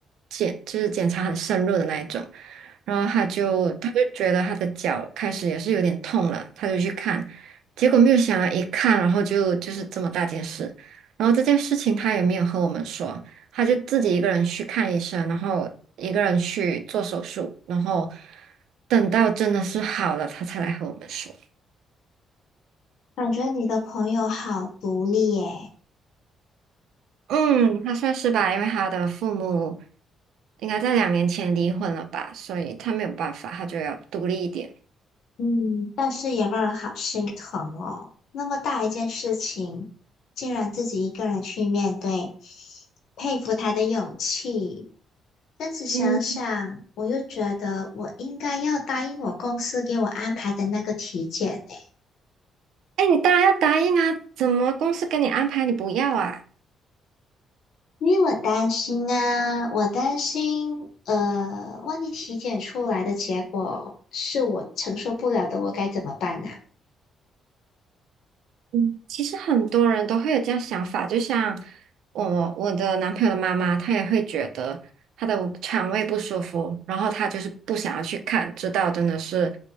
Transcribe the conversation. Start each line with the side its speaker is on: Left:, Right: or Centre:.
Right: 检就是检查很深入的那一种，然后他就他就觉得他的脚开始也是有点痛了，他就去看，结果没有想到一看，然后就就是这么大件事，然后这件事情他也没有和我们说。他就自己一个人去看医生，然后一个人去做手术，然后等到真的是好了，他才来和我们说。
Left: 感觉你的朋友好独立耶。
Right: 嗯，他算是吧，因为他的父母应该在两年前离婚了吧，所以他没有办法，他就要独立一点。
Left: 嗯，但是也让人好心疼哦。那么大一件事情，竟然自己一个人去面对，佩服他的勇气。但是想想，
Right: 嗯，
Left: 我又觉得我应该要答应我公司给我安排的那个体检呢，
Right: 哎，你当然要答应啊，怎么公司给你安排你不要啊？
Left: 因为我担心啊，我担心，呃，万一体检出来的结果是我承受不了的，我该怎么办呢？
Right: 嗯，其实很多人都会有这样想法，就像我我的男朋友的妈妈，她也会觉得她的肠胃不舒服，然后她就是不想要去看，直到真的是